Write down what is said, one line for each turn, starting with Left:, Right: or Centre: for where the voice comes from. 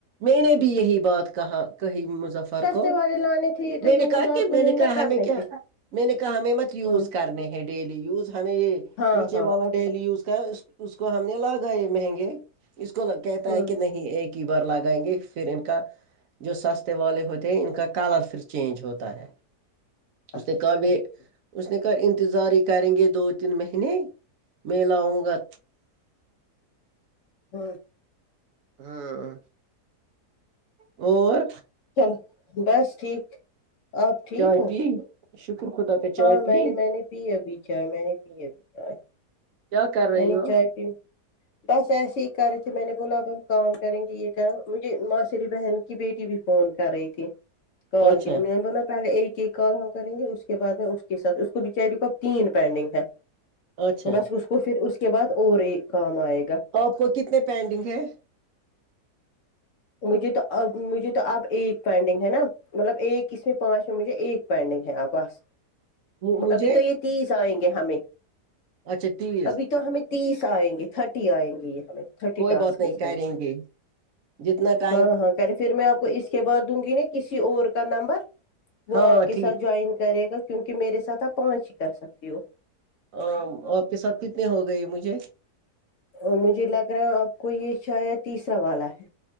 Right: میں نے بھی یہی بات کہاکہی مظفر
Left: سستے
Right: کو
Left: والے لانے تھے یہ تو
Right: میں
Left: یوز
Right: نے کہا
Left: آپ
Right: کہ
Left: کو
Right: میں
Left: نہیں
Right: نے
Left: نہ
Right: کہا
Left: کرنے
Right: ہمیں کیا
Left: تھے
Right: میں نے کہا ہمیں مت یوز
Left: ہوں
Right: کرنے ہے ڈیلی یوز ہمیں یہ
Left: ہاں
Right: نیچے
Left: ہاں
Right: والا ڈیلی یوز کر اس کو ہم نے لگا ئے مہنگے اس کو کہتا
Left: ہوں
Right: ہے کہ نہیں ایک ہی بار لگائیں گے پھر ان کا جو سستے والے ہوتے ہیں انکا کلر پھر چینج ہوتا ہے اس
Left: اچھا
Right: سے کہا
Left: ٹھیک
Right: بھی
Left: ٹھیک
Right: اس نے کہا انتظار ہی کریں گے دو تین مہینے میں لاؤں گا
Left: ہاں
Right: ہاں اور
Left: چل بس ٹھیک آپ ٹھیک
Right: چائے
Left: ہو
Right: پی شکر خدا کا
Left: ہاں
Right: چائے پی
Left: میں نے میں نے پی ابھی چائے میں نے پی
Right: کیا
Left: ابھی چائے
Right: کر رہی
Left: میں نے
Right: ہو
Left: چائے پی بس ایسے ہی کر رہے تھے میں نے بولاب ہم کام کریں گے یہ کہ مجھے ماشری بہن کی بیٹی بھی فون کر رہی تھی کال
Right: اچھا
Left: کی میں نے بولا پہلے ایک ایک کال ہم کریں گے اس کے بعد میں اس کے سات اس کو بچاری کو تین پینڈنگ ہے
Right: اچھا
Left: بس اس کا وہ پھر اس کے بعد اورایک کام آئےگا
Right: آپ کو کتنے پینڈنگ ہے
Left: مجھے تواب مجھے تو آپ ایک پینڈنگ ہے نا مطلب ایک اس میں پانچ میں مجھے ایک پینڈنگ ہے اب بس
Right: مو- مجھے
Left: ابھی تو یہ تیس آئیں گے ہمیں
Right: اچھا تیس
Left: ابھی تو ہمیں تیس آئیں گے تھرٹی آئیں گے یہ ہمیں تھرٹی
Right: کوئی
Left: ٹاسکس
Right: بات نہیں کریں
Left: ہیں یہ
Right: گے جتنا ٹا
Left: ہاں ہاں کریں پھر میں آپ کو اس کے بعد دوں گی نا کسی اور کا نمبر وہ
Right: ہاں
Left: آپ کے
Right: ٹھیک
Left: ساتھ جوائن کرے گا کیونکہ میرے ساتھ آپ پانچ ہی کر سکتی ہو
Right: ا آپ کے ساتھ کتنے ہو گئے مجھے
Left: اور مجھے لگ رہا ہے آپ کو یہ شاید تیسرا والا ہے